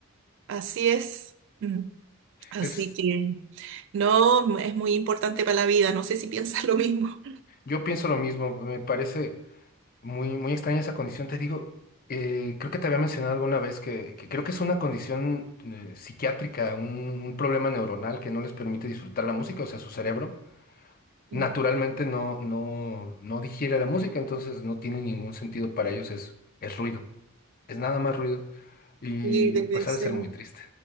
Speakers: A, on the right; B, on the left.
A: así es. Mm. Así
B: Es, es-
A: que no, es muy importante para la vida. No sé si piensas <laughs> lo mismo.
B: yo pienso lo mismo. Me parece muy, muy extraña esa condición. Te digo, eh, creo que te había mencionado alguna vez que, que creo que es una condición eh, psiquiátrica, un, un problema neuronal que no les permite disfrutar la música, o sea, su cerebro
A: Mm.
B: naturalmente no, no, no digiere la música, entonces no tiene ningún sentido para ellos, es, es ruido. es nada más ruido y
A: Sí, debe
B: pues ha
A: ser.
B: de ser muy triste.